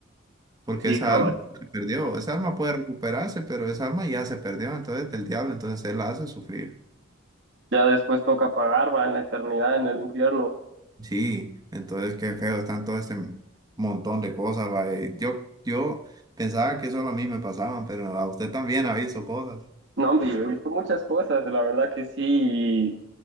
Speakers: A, on the right; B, on the right.
A: porque
B: Sí,
A: esa
B: cabal.
A: alma Claro. se perdió, esa alma puede recuperarse, pero esa alma ya se perdió, entonces el diablo, entonces él la hace sufrir.
B: Ya después toca pagar, va, en la eternidad, en el infierno.
A: Sí, entonces qué feo, están todo este montón de cosas, va, eh, Yo, yo pensaba que solo a mí me pasaban, pero a usted también ha visto cosas,
B: No, hombre, yo he visto muchas cosas, la verdad que sí.